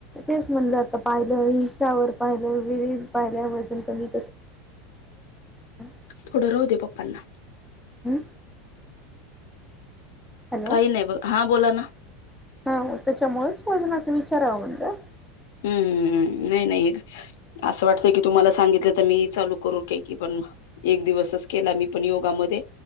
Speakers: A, in the centre; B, on the left.
A: तेच म्हटलं आता पाहिलं. इंस्टावर पाहिलं. व पाहिल्या वजन कमी <unintelligible>
B: थोडं राहू दे पप्पांना
A: हम्म. हॅलो
B: काही नाही बघ हा बोला ना.
A: हा त्याच्यामुळेच वजनाचा विचारा व म्हनल.
B: हम्म हम्म्. नाही-नाही असं वाटत जे की तुम्हाला सांगितलं तर. मी चालू करू का की पण एक दिवसच केला मी पण योगामध्ये